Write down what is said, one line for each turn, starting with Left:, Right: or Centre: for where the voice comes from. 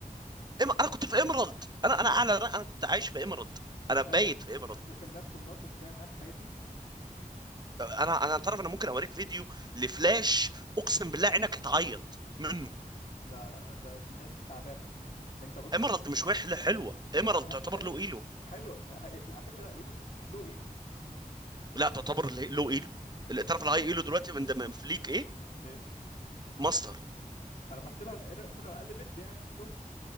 Right: انا كنت في ايمرالد انا انا
Left: و-
Right: اعلى انا كنت عايش في ايمرالد
Left: وسؤال
Right: انا بايت في ايمرالد
Left: وكان نفس الناقص بيعمل معاك الحاجات دي
Right: انا انا تعرف انا ممكن اوريك فيديو لفلاش اقسم بالله عينك هتعيط منه
Left: لا لا لا ده دي ناس تعبانه يا اسطى انت بص
Right: ايمرالد مش وحله حلوه ايمرالد
Left: ه-
Right: تعتبر
Left: حلو
Right: له ايلو
Left: حلو ه- على فكره ايلو مش مش لو ايلو
Right: لا تعتبر له ايلو اللي تعرف
Left: او
Right: الهاي ايلو دلوقتي من, من في ليج ايه
Left: ايه
Right: ماستر
Left: انا بحسبها امرالد اقل مد يعني مش لو